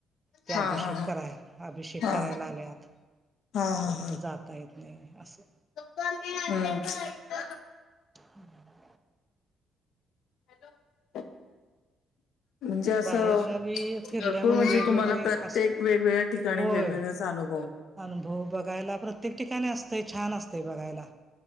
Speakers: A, on the right; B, on the left.
A: ते अभिषेक
B: हा हा हा हा
A: कराय अभिषेक
B: हा
A: करायला आल्यात,
B: हा हा
A: तिथं
B: हा
A: जात ता येत नाही, असं
B: <unintelligible>
A: हम् ह
B: <inaudible> म्हणजे असं,
A: बाहेरगावी फिरल्यामुळे
B: भरपूर म्हणजे
A: वेगवेगळे
B: तुम्हाला प्रत्येक
A: अस
B: वेगवेगळ्या ठिकाणी
A: होय
B: वेगवेगळ्या चा अनुभवं
A: अनुभव बघायला प्रत्येक ठिकाणी असतय छान असतय बघायला